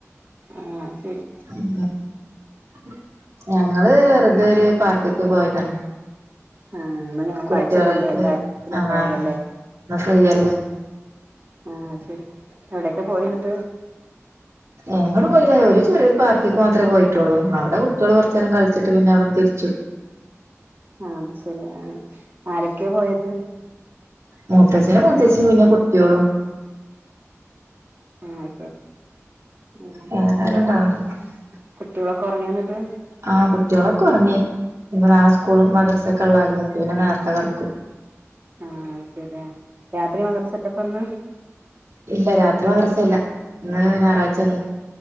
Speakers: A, on the right; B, on the right.
A: ആഹ് അയ് ശെരി.
B: ഉം ഉം ഞങ്ങള് വെറുതൊര് പാർക്ക്ക്ക് പോയതാണ്.
A: ആഹ് ഇന്ന്‌ ഞാറാഴ്ചല്ലലെ
B: കുട്ടികളായിട്ട്
A: എല്ലാരും ഇന്നും
B: ആഹ്
A: ഉണ്ടാവൊല്ലോലെ.
B: ഇന്ന് ഫ്രീയല്ലേ.
A: ആഹ് ശെരി എവിടൊക്കെ പോയി ന്ന്ട്ട്.
B: എങ്ങെടും പോയിറ്റ്ല്ല ഒരു ചെറിയൊരു പാർക്ക്ക്ക് മാത്രേ പോയിട്ടുള്ളു അവ് ടെ കുട്ടിയോള് കൊർച്ചേരം കൾച്ച്ട്ട് പിന്നവിട്ന്ന് തിരിച്ചു.
A: ആഹ് അത് ശെരി ആഹ് ആരെക്കെ പോയത്.
B: മൂത്തച്ഛനും മൂത്തച്ചിം പിന്നെ കുട്ട്യോളും.
A: ആഹ് ശെരി ഉം
B: വേറെ
A: അല്ല
B: ആരും ഉണ്ടാർന്നില്ല
A: കുട്ട് കുട്ട്യോളൊക്കെ ഒറങ്യോന്നിട്ട്.
B: ആഹ് കുട്ട്യോളൊക്കെ ഒറങ്ങി ഞ്പ്പ നാളെ സ്കൂളും മദ്രസൊക്കെ ഇള്ളഹല്ലേ അപ്പൊ പിന്നെ നേര്ത്തെ കെടക്കും.
A: ആഹ് അഹ് ശെരിയാ രാത്രി മദ്രസ്ട്ടപ്പന്ന്.
B: ഇല്ല രാത്രി മദ്രസഇല്ല ഇന്ന് ഞാറാഴ്ചയല്ലേ